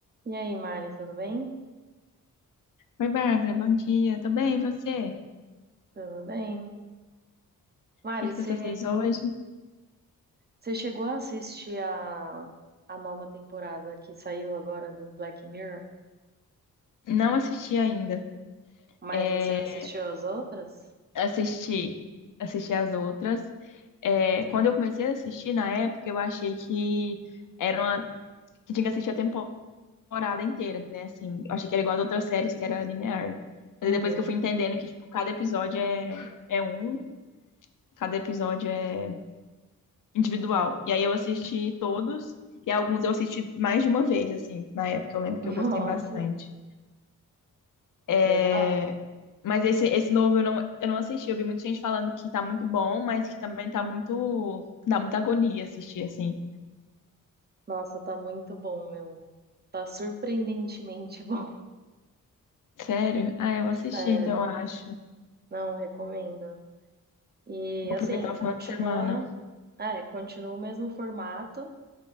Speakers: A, on the right; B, on the left.
A: E aí, Mari, tudo bem?
B: Oi, Bárbara, bom dia. Tô bem, e você? O
A: Tudo bem. Mari,
B: que que
A: você
B: você fez hoje?
A: você chegou a assistir a, a nova temporada que saiu agora do Black Mirror?
B: Não assisti ainda.
A: Mas
B: É,
A: você assistiu as outras?
B: assisti, assisti as outras. É, quando eu comecei a assistir na época, eu achei que era uma, que tinha que assistir a temporada inteira, né? Assim, eu achei que era igual às outras séries, que era linear. Mas
A: Uhum.
B: depois que eu fui entendendo que tipo, cada episódio é, é um, cada episódio é individual. E aí eu assisti todos, e alguns eu assisti mais de uma vez, assim, na época. Eu lembro
A: <laughs>
B: que
A: Nossa,
B: eu gostei bastante. É,
A: legal.
B: mas esse, esse novo eu não, eu não assisti. Eu vi muita gente falando que tá muito bom, mas que também tá muito. Dá muita agonia assistir, assim.
A: Nossa, tá muito bom, meu. Tá surpreendentemente <laughs> bom.
B: Sério? Ah, eu vou assistir,
A: Sério.
B: então eu acho.
A: Não, recomendo. E
B: Vou
A: assim,
B: aproveitar o final
A: continua.
B: de semana.
A: É, continua o mesmo formato.